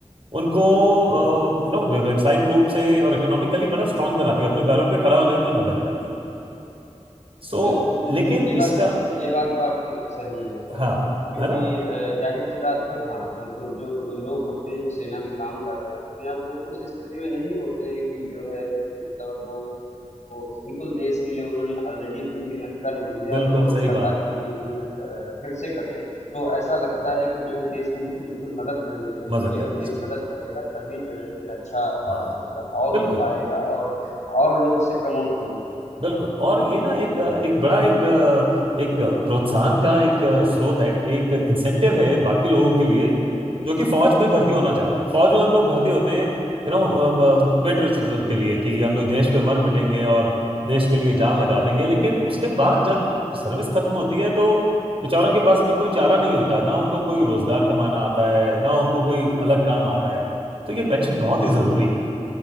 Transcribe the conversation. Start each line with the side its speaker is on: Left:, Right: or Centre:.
Right: उनको यू नो व्यावसायिक रूप से और इकोनॉमिकली बड़ा स्ट्रांग बनाती है अपने पैरों पे खड़ा होने में मदद करती है सो
Left: बिल्कुल,
Right: so, लेकिन
Left: ये बात
Right: इसका
Left: तो ये बात तो आपकी सही है सर,
Right: हाँ
Left: क्योंकि
Right: है ना
Left: अ, ज़ाहिर-सी बात है हाँ, बिल्कुल जो अ, लोग होते हैं जो सेना में काम कर रहे होते हैं, अब वो उस स्थिति में नहीं होते हैं कि जो है मतलब अब वो बिल्कुल देश के लिए उन्होंने ऑलरेडी इतनी मेहनत कर ली है
Right: बिल्कुल
Left: और वो अपने
Right: सही
Left: परिवार
Right: बात है
Left: के लिए इतनी मेहनत अ, फिर से करें, तो ऐसा लगता है कि जो है देश को उनकी बिल्कुल मदद करनी चाहिए क्योंकि
Right: मदद
Left: अगर
Right: करनी चाहिए
Left: देश मदद करेगा तभी जो है कुछ अच्छा अ,
Right: हाँ
Left: मतलब और
Right: बिल्कुल
Left: हो पाएगा और, और लोग उससे प्रमोट होंगे।
Right: बिल्कुल और ये ना एक एक बड़ा एक एक प्रोत्साहन का एक स्रोत है एक इंसेंटिव है बाकी लोगों के लिए जो कि फौज में भर्ती होना चाहते हैं फौज में हम लोग भर्ती होते हैं यू नो पेट्रियटिज्म के लिए कि हम लोग देश पे मर मिटेंगे और देश के लिए जान लगा देंगे लेकिन उसके बाद जब सर्विस खत्म होती है तो बेचारों के पास में कोई चारा नहीं होता ना उनको कोई रोजगार कमाना आता है ना उनको कोई अलग काम आता है तो ये पेंशन बहुत ही जरूरी है